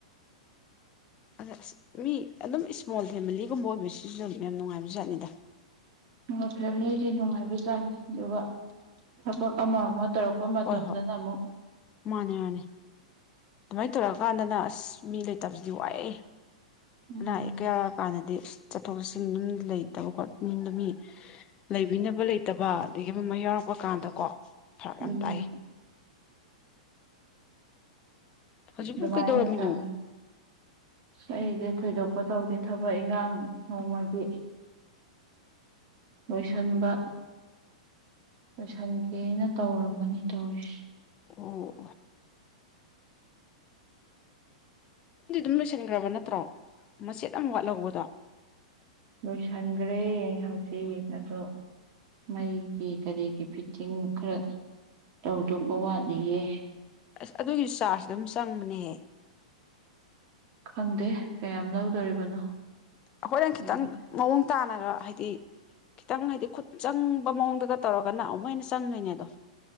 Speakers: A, on the left (about 30°); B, on the right (about 45°).
A: ꯑꯗ ꯑꯁ ꯃꯤ ꯑꯗꯨꯝ ꯏꯁꯃꯣꯜ ꯐꯦꯃꯤꯂꯤꯒꯨꯝꯕ ꯑꯣꯏꯕꯁꯤꯁꯨ ꯑꯗꯨꯝ ꯌꯥꯝ ꯅꯨꯡꯉꯥꯏꯕꯖꯥꯠꯅꯤꯗ
B: ꯑꯗꯨꯒ ꯐꯦꯃꯤꯂꯤꯁ ꯅꯨꯡꯉꯥꯏꯕ ꯖꯥꯠ ꯅꯤ ꯑꯗꯨꯒ ꯊꯕꯛ ꯑꯃ ꯑꯃ ꯇꯧꯔꯛꯄ ꯆꯄ ꯃꯇꯝꯗꯨꯗꯅ
A: ꯍꯣꯏ ꯍꯣꯏ
B: ꯑꯃꯨꯛ
A: ꯃꯥꯅꯦ ꯃꯥꯅꯦ ꯑꯗꯨꯃꯥꯏꯅ ꯇꯧꯔꯛꯀꯥꯟꯗꯅ ꯑꯁ ꯃꯤ ꯂꯩꯇꯕꯁꯤꯗꯤ ꯋꯥꯑꯦ
B: ꯎꯝ
A: ꯑꯅꯥ ꯑꯌꯦꯛ ꯀ ꯌꯥꯎꯔ ꯀꯥꯟꯗꯗꯤ ꯆꯠꯊꯣꯛ ꯆꯠꯁꯤꯟ ꯑꯗꯨꯝ ꯂꯩꯇꯕ ꯈꯣꯗꯨ ꯃꯤ ꯂꯩꯕꯤꯅꯕ ꯂꯩꯇꯕ ꯑꯗꯒꯤ ꯑꯃꯥ ꯑꯃꯥ ꯌꯥꯎꯔꯛꯄ ꯀꯥꯟꯗꯀꯣ ꯐꯔꯛ ꯌꯥꯝ
B: ꯎꯝ
A: ꯇꯥꯏ ꯍꯧꯖꯤꯛꯄꯨ
B: ꯗꯕꯥꯥꯏ
A: ꯀꯩꯗꯧꯔꯝꯃꯤꯅꯣ
B: ꯌꯥ ꯇꯥꯔꯦ
A: <inaudible>
B: ꯑꯩꯁꯦ ꯊꯣꯏꯗꯣꯛꯄ ꯇꯧꯗꯦ ꯊꯕꯛ ꯏꯈꯥꯡ ꯅꯣꯡꯃꯗꯤ ꯂꯣꯏꯁꯤꯟꯕ ꯂꯣꯏꯁꯟꯒꯦꯅ ꯇꯧꯔꯝꯕꯅꯤ ꯇꯧꯔꯤꯁꯦ
A: ꯑꯣ ꯑꯗꯨꯝꯗꯤ ꯑꯗꯨꯝ ꯂꯣꯏꯁꯤꯟꯈ꯭ꯔꯕ ꯅꯠꯇ꯭ꯔꯣ ꯃꯆꯦꯠ ꯑꯃ ꯋꯥꯠꯍꯧꯕꯗꯣ
B: ꯂꯣꯏꯁꯟꯈ꯭ꯔꯦ ꯍꯧꯖꯤꯛ ꯑꯗꯣ ꯃꯩꯒꯤ ꯀꯔꯤꯒꯤ ꯐꯤꯠꯇꯤꯡ ꯈꯔ ꯇꯧꯗꯧꯕ ꯋꯥꯠꯂꯤꯌꯦ
A: ꯑꯁ ꯑꯗꯨꯒꯤꯁꯨ ꯆꯥꯔꯖ ꯑꯗꯨꯝ ꯆꯪꯕꯅꯦ
B: ꯈꯪꯗꯦ ꯀꯌꯥꯝ ꯂꯧꯗꯣꯔꯤꯕꯅꯣ
A: ꯑꯩꯈꯣꯏꯅ
B: ꯑꯗꯒꯤ
A: ꯈꯤꯇꯪ ꯃꯑꯣꯡ ꯇꯥꯅꯒ ꯍꯥꯏꯗꯤ ꯈꯤꯇꯪ ꯍꯥꯏꯗꯤ ꯈꯨꯠ ꯆꯪꯕ ꯃꯑꯣꯡꯗꯒ ꯇꯧꯔꯒꯅ ꯑꯃꯨꯛ ꯍꯦꯟꯅ ꯆꯪꯗꯣꯏꯅꯦ ꯑꯗꯣ